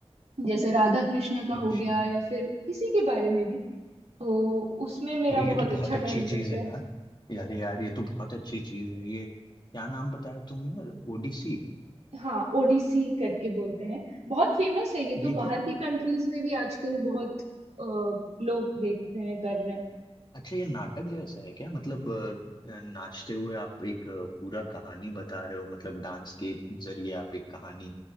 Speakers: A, on the right; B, on the left.
A: जैसे राधा कृष्ण का हो
B: अच्छा
A: गया या फिर किसी के बारे में भी तो उसमें मेरा
B: अरे ये
A: बहुत
B: तो
A: अच्छा
B: बहुत
A: टाइम
B: अच्छी
A: कटता
B: चीज है
A: है
B: यार यार यार ये तो बहुत अच्छी चीज है ये क्या नाम बताया तुमने ओडिसी
A: हाँ ओडिसी करके बोलते हैं बहुत फेमस है ये तो
B: ये
A: बाहर
B: क्या
A: की कंट्रीज में भी आजकल बहुत अ, लोग देख रहे हैं कर रहे हैं
B: अच्छा ये नाटक जैसा है क्या मतलब अ, नाचते हुए आप एक अ, पूरा कहानी बता रहे हो मतलब डांस के जरिए आप एक कहानी